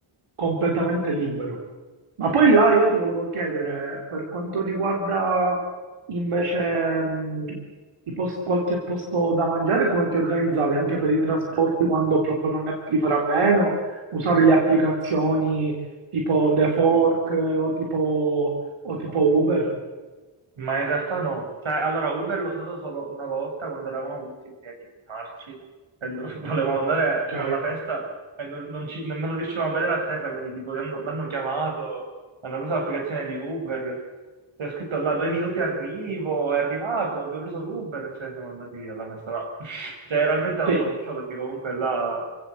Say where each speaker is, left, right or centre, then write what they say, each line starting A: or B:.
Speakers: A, on the right; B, on the right.
A: completamente libero. Ma poi là io ti volevo chiedere, per quanto riguarda invece mh, i pos- qualche posto da mangiare, come ti organizzavi anche per i trasporti quando proprio non ne potevi fare a meno? Usavi le applicazioni tipo The Fork eh, o tipo, o tipo Uber?
B: Ma in realtà no, cioè allora Uber l'ho usato solo una volta quando eravamo tutti ubriachi marci e do- <laughs> volevamo andare
A: Ok,
B: alla festa e non, non ci, nemmeno riuscivamo a vedere a terra, quindi tipo l'hanno l'hanno chiamato, hanno preso l'applicazione di Uber, c'è scritto là due minuti arrivo, è arrivato, abbiamo preso l'Uber e cioè, siamo andati alla festa. No. <laughs> Cioè realmente non
A: sì,
B: lo faccio perché comunque là